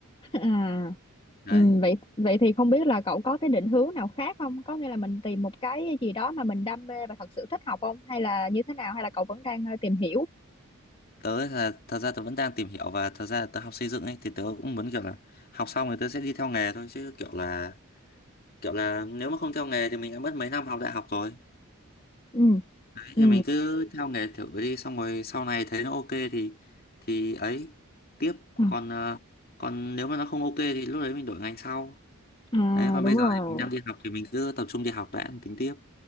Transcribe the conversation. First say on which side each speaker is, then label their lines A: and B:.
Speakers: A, on the left (about 25°); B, on the left (about 45°).
A: À,
B: đấy
A: ừ, vậy vậy thì không biết là cậu có cái định hướng nào khác không? Có nghĩa là mình tìm một cái gì đó mà mình đam mê và thật sự thích học không? Hay là như thế nào? Hay là cậu vẫn đang ờ, tìm hiểu?
B: tớ ấy là thật ra tớ vẫn đang tìm hiểu và thật ra tớ học xây dựng ấy thì tớ cũng muốn kiểu là học xong rồi tớ sẽ đi theo nghề thôi chứ kiểu là kiểu là nếu mà không theo nghề thì mình đã mất mấy năm học đại học rồi
A: Ừ,
B: đấy,
A: ừ.
B: thì mình cứ theo nghề thử đi xong rồi sau này thấy nó ok thì thì ấy tiếp
A: À,
B: còn ờ, còn nếu mà nó không ok thì lúc đấy mình đổi ngành sau
A: à,
B: đấy còn
A: đúng
B: bây giờ
A: rồi.
B: thì mình đang đi học thì mình cứ tập trung đi học đã tính tiếp